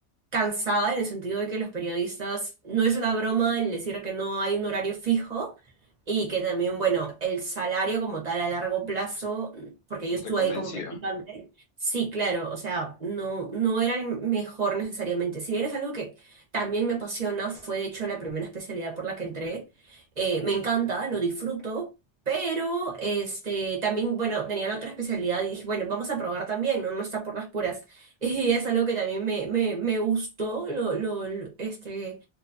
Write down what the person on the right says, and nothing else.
cansada en el sentido de que los periodistas, no es una broma el decir que no hay un horario fijo y que también, bueno, el salario como tal a largo plazo, porque
yo estuve
ahí como practicante, sí, claro, o sea, no, no era el mejor necesariamente. Si bien es algo que también me apasiona, fue de hecho la primera especialidad por la que entré, eh, me encanta, lo disfruto. Pero este también, bueno, tenía la otra especialidad y dije, bueno, vamos a probar también, ¿no? No está por las puras. Y es algo que también me, me, me gustó, lo, lo, lo- este,